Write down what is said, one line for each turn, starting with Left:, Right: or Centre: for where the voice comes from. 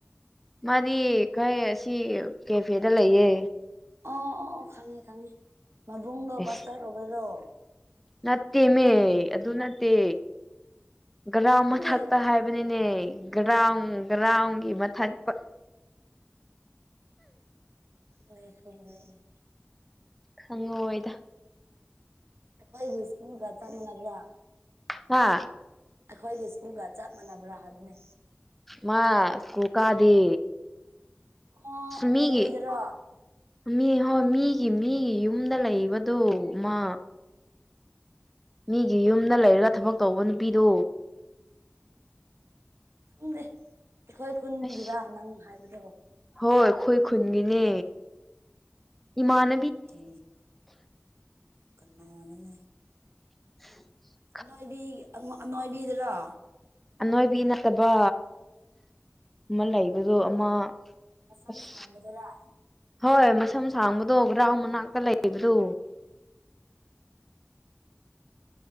Centre: ꯃꯥꯗꯤ ꯀꯣꯏ ꯁꯤ ꯀꯦꯐꯦꯗ ꯂꯩꯌꯦ
Right: ꯑ ꯑꯣ ꯑꯣ ꯈꯪꯉꯤ ꯈꯪꯉꯤ ꯃꯕꯨꯡꯗꯣ
Centre: ꯑꯦꯁ
Right: ꯄꯥꯁꯇ ꯇꯧꯕꯔꯣ
Centre: ꯅꯠꯇꯦꯃꯦ ꯑꯗꯨ ꯅꯠꯇꯦ ꯒ꯭ꯔꯥ
Right: ꯈꯪꯗꯦ
Centre: ꯃꯊꯛꯇ
Right: ꯑꯗꯨꯗꯤ
Centre: ꯍꯥꯏꯕ ꯍꯥꯏꯕꯅꯤꯅꯦ ꯒ꯭ꯔꯥꯎ ꯒ꯭ꯔꯥꯎꯟꯒꯤ ꯃꯊꯛ
Right: ꯍ ꯁꯗꯅ <unintelligible>
Centre: ꯍꯪꯉꯣꯏꯗ
Right: ꯑꯩꯈꯣꯏꯒꯤ ꯁꯀꯨꯜꯒ ꯆꯪꯅꯗ꯭ꯔꯥ
Centre: ꯍꯥ
Right: ꯑꯩꯈꯣꯏꯒꯤ ꯁ꯭ꯀꯨꯜꯒ ꯆꯞ ꯃꯥꯟꯅꯕ꯭ꯔꯥ ꯍꯥꯕꯅꯦ
Centre: ꯃꯥ ꯁꯀꯨ꯭ꯜ ꯀꯥꯗꯦ
Right: ꯑꯣ ꯑꯅꯣꯏꯕꯤꯗꯔꯣ
Centre: ꯃꯤꯒꯤ ꯃꯤ ꯍꯣꯏ ꯃꯤꯒꯤ ꯃꯤꯒꯤ ꯌꯨꯝꯗ ꯂꯩꯕꯗꯨ ꯃꯥ ꯃꯤꯒꯤ ꯌꯨꯝꯗ ꯂꯩꯔꯒ ꯊꯕꯛ ꯇꯧꯕ ꯅꯨꯄꯤꯗꯣ
Right: ꯈꯪꯗꯦ ꯑꯩꯈꯣꯏ ꯈꯨꯟꯒꯤꯔ
Centre: ꯑꯁ
Right: ꯅꯪ ꯍꯥꯏꯕꯗ
Centre: ꯍꯣꯏ ꯑꯩꯈꯣꯏ ꯈꯨꯟꯒꯤꯅꯦ ꯏꯃꯥꯟ
Right: <unintelligible> ꯀꯟꯅꯥꯅꯣ
Centre: <unintelligible>
Right: ꯑꯅꯣꯏꯕꯤ ꯑꯅꯣꯏꯕꯤꯗꯨꯔꯣ
Centre: ꯑꯅꯣꯏꯕꯤ ꯅꯠꯇꯕ ꯑꯃ ꯂꯩꯕꯗꯣ ꯑꯃ
Right: ꯃꯁꯝ
Centre: ꯑꯁ
Right: ꯁꯥꯡꯕꯗꯨꯔꯥ
Centre: ꯍꯣꯏ ꯃꯁꯝ ꯁꯥꯡꯕꯗꯣ ꯒ꯭ꯔꯥꯎ ꯃꯅꯥꯛꯇ ꯂꯩꯕꯗꯣ